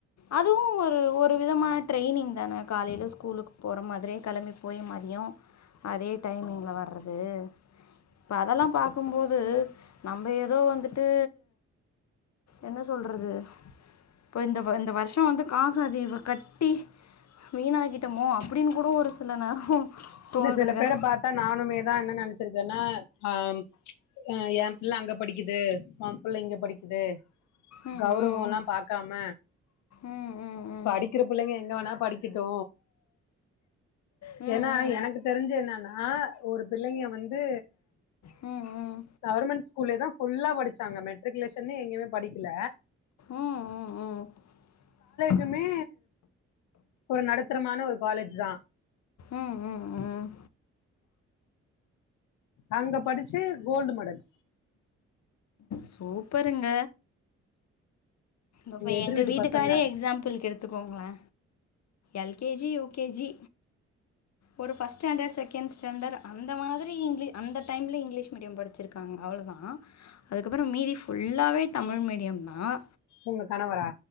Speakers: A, on the left; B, on the left.
A: அதுவும் ஒரு ஒரு விதமான ட்ரைனிங் தான காலைல ஸ்கூலுக்கு போற மாதிரியே கெளம்பி போய் மதியோம் அதே டைமிங்ல வர்றது இப்ப அதெல்லாம் பாக்கும்போது து நம்ப ஏதோ வந்துட்டு என்ன சொல்றது இப்ப இந்த இந்த வருஷோ வந்து காச அதீமா கட்டி வீணாகிட்டமோ அப்டின்னு கூட ஒரு சில நேரோ தோணுதுங்க
B: இல்ல சில பேரப் பாத்தா நானுமே தா என்ன நெனச்சிருக்கேன்னா ஆ ஆ ஏம் பிள்ள அங்க படிக்குது ஓம் புள்ள இங்க படிக்குது
A: ம்
B: கௌரவோ
A: ம்
B: எல்லா பாக்காம
A: ம் ம்
B: படிக்கிற புள்ளைங்க எங்க வேணா படிக்கட்டு
A: ம் ம்
B: ஏன்னா எனக்கு தெரிஞ்சு என்னன்னா ஒரு பிள்ளைங்க வந்து
A: ம் ம் ம்
B: கவர்மெண்ட் ஸ்கூல்லே தா ஃபுல்லா படிச்சாங்க மெட்ரிகுலேஷன்னே எங்கயுமே படிக்கல
A: ம் ம் ம்
B: துமே ஒரு நடுத்தரமான ஒரு காலேஜ் தா
A: ம் ம் ம்
B: அங்க படிச்சு கோல்டு மடல்
A: சூப்பருங்க இப்போ
B: எதிர்
A: எங்க
B: வீட்டு
A: வீட்டுக்காரரே
B: பசங்க
A: எக்ஸாம்பிள்க்கு எடுத்துக்கோங்களே L K G U K G ஒரு ஃபர்ஸ்ட் ஸ்டாண்டர்ட் செகண்ட் ஸ்டாண்டர்ட் அந்த மாதிரி இங்க் அந்த டைம்ல இங்கிலீஷ் மீடியம் படி வச்சிருக்காங்க அவளோதான் அதுக்கப்பறோ மீதி ஃபுல்லாவே தமிழ் மீடியம் தான்
B: ஒங்க கணவரா